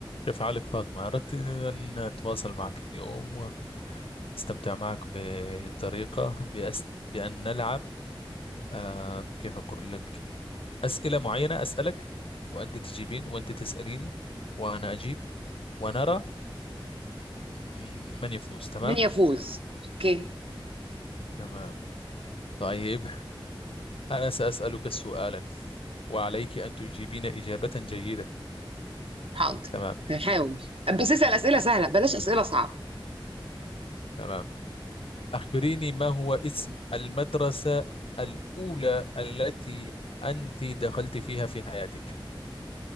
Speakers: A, on the left; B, on the right.
A: كيف حالك فاطمة؟ أردت أن أتواصل معك اليوم وأستمتع معك بطريقة بأس... بأن نلعب آه كيف أقول لك أسئلة معينة أسألك وأنت تجيبين وأنت تسأليني وأنا أجيب ونرى م- من يفوز تمام؟
B: من يفوز اوكي
A: تمام طيب أنا سأسألك سؤالا وعليك أن تجيبين إجابة جيدة
B: حاضر
A: تمام
B: هحاول بس اسأل أسئلة سهلة بلاش أسئلة صعبة
A: تمام أخبريني ما هو اسم المدرسة الأولى التي أنت دخلت فيها في حياتك